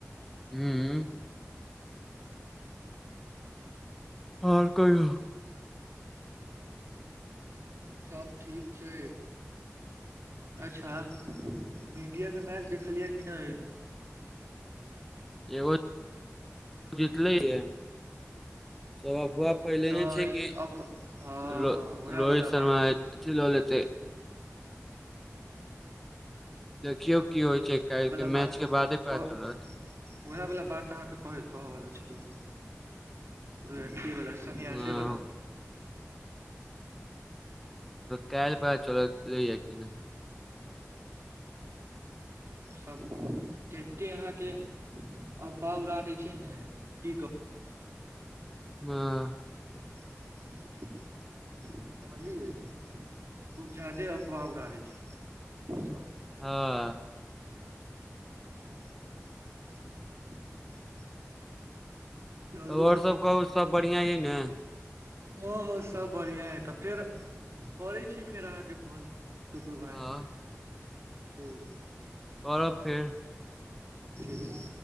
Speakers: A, in the centre; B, on the right (about 60°).
A: हूंऽ। और कहियो।
B: हमहूं सब ठीक छै अच्छा।
A: हू।
B: मिडिया के मैच देखलियै कि नै?
A: एगो जीतलै या सबहक पहिले
B: नहि
A: जे छै कि
B: अफ हँ
A: रो-
B: उएह
A: रोहित
B: वाला
A: शर्मा
B: बात
A: अथी लऽ लेतै। देखियौ की होइ छै, काल्हि
B: वाला
A: के मैच
B: बात हम
A: के बादे पता
B: कह
A: चलत।
B: उएह वला बात अहाँके केकह- कहवला छलो हम वएह अथियेबला। सन्यासे
A: हँ,
B: बला।
A: कैऽल पता चलत लैऽ यऽकी नै।
B: सभ तते अहाँके। अफबा उरा दै छै ने की कह
A: हँ।
B: समझलिए। कुछ जादे अफवाह उडा दय छै सब।
A: हँ।
B: <inaudible> चलू
A: तब और सब कहु सब बढ़ियाँ इ ने।
B: हां-हां सब बढ़ियाँ अय तऽ फेर करै छी फेर अहाँ के फोन। सुपरू भाय,
A: हँ
B: ठीक।
A: करब फेर।
B: ठीक।